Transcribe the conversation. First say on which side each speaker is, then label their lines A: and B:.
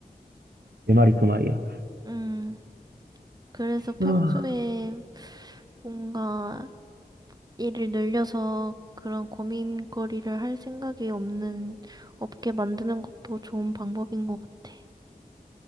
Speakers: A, on the right; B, on the right.
A: 내 말이 그 말이야.
B: 음, 그래서 평소에
A: 아,
B: 뭔가 일을 늘려서 그런 고민거리를 할 생각이 없는 업계 만드는 것도 좋은 방법인 것 같아.